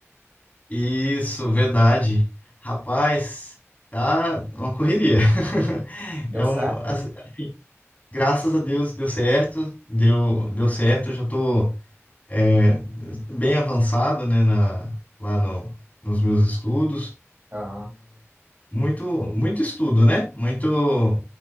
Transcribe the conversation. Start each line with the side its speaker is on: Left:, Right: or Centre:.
Left: Isso, verdade. Rapaz, tá uma correria. <laughs>
Right: Deu
Left: É
Right: certo?
Left: um, as- graças a Deus deu certo, deu, deu certo. Já tô é, bem avançado, né, na, lá no, nos meus estudos.
Right: Aham.
Left: Muito, muito estudo, né? Muito,